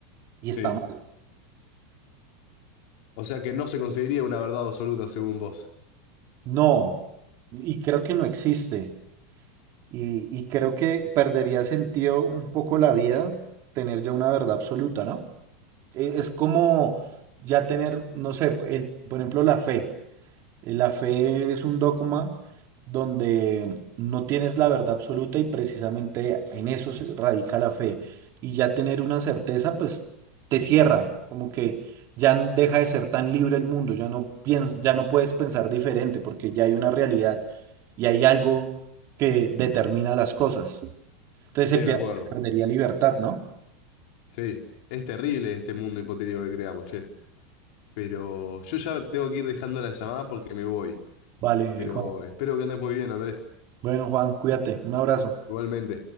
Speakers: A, on the right (about 45°); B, on the left (about 60°).
A: y está
B: Sí.
A: mal.
B: O sea que no se conseguiría una verdad absoluta según vos.
A: No, y creo que no existe, y, y creo que perdería sentido un poco la vida tener ya una verdad absoluta, ¿no? E- Es como ya tener, no sé, el, por ejemplo, la fe. Eh, La fe es un dogma donde no tienes la verdad absoluta y precisamente en eso se radica la fe. Y ya tener una certeza, pues te cierra, como que ya n- deja de ser tan libre el mundo, ya no piens- ya no puedes pensar diferente porque ya hay una realidad y hay algo que determina las cosas. Entonces
B: Estoy
A: se
B: de
A: pier-
B: acuerdo.
A: perdería libertad, ¿no?
B: Sí. Es terrible este mundo hipotético que creamos, che. Pero yo ya tengo que ir dejando la llamada porque me voy.
A: Vale,
B: Pero
A: Juan.
B: espero que andes muy bien, Andrés.
A: Bueno, Juan, cuídate. Un abrazo.
B: Igualmente.